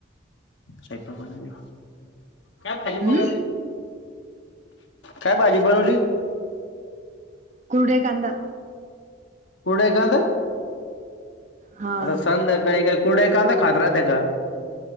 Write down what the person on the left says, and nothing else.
स्वयंपाक बनवले. काय भाजी बनवली,
काय भाजी बनवली?
कुडे एकांत
आता संध्याकाळी काही कुडे कांदा खात राह त्याचा.